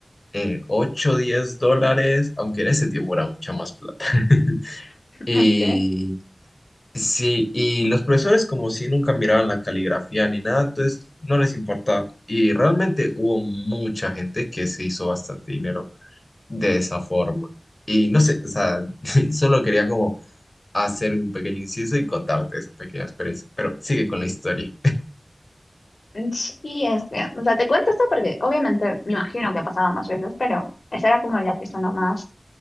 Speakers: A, on the left; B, on the left.
A: eh, 8 o 10 dólares, aunque en ese tiempo era mucha más plata. <laughs> Y
B: Okay.
A: Sí, y los profesores como si nunca miraban la caligrafía ni nada, entonces no les importaba. Y realmente hubo mucha gente que se hizo bastante dinero de esa forma. Y no sé, o sea, <laughs> solo quería como hacer un pequeño inciso y contarte esa pequeña experiencia, pero sigue con la historia.
B: Sí, es que, o sea, te cuento esto porque obviamente me imagino que ha pasado más veces, pero esa era como la que sonó más